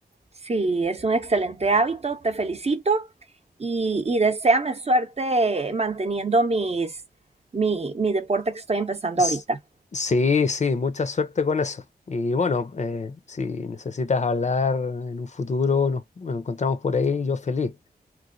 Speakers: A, on the right; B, on the left.
A: Sí, es un excelente hábito, te felicito y, y deséame suerte manteniendo mis, mi, mi deporte que estoy empezando
B: S-
A: ahorita.
B: Sí, sí, mucha suerte con eso. Y bueno, eh, si necesitas hablar en un futuro, nos, nos encontramos por ahí, yo feliz